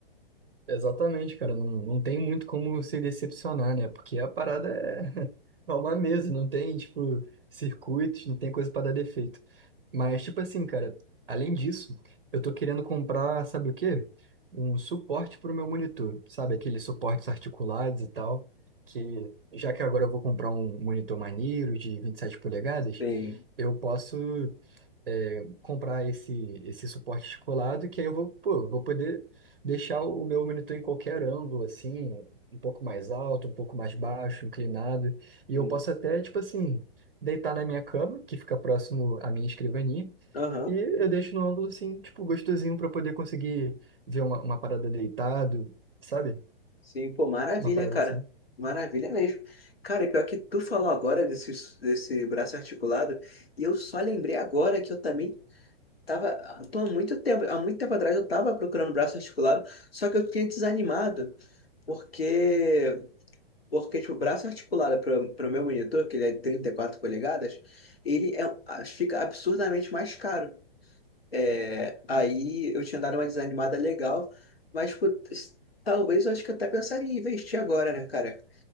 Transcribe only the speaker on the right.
Exatamente, cara. Não, não tem muito como se decepcionar, né? Porque a parada é, <laughs> é uma mesa, não tem, tipo, circuitos, não tem coisa pra dar defeito. Mas, tipo assim, cara, além disso, eu tô querendo comprar, sabe o quê? Um suporte pro meu monitor, sabe? Aqueles suportes articulados e tal. Que, já que agora eu vou comprar um monitor maneiro de vinte e sete polegadas,
eu posso é, comprar esse, esse suporte descolado, que aí eu vou, pô, vou poder deixar o meu monitor em qualquer ângulo, assim, um pouco mais alto, um pouco mais baixo, inclinado, e
eu posso até, tipo assim, deitar na minha cama, que fica próximo à minha escrivaninha,
e eu deixo no ângulo, assim, tipo, gostosinho para poder conseguir ver uma, uma parada deitado, sabe?
Uma parada
assim.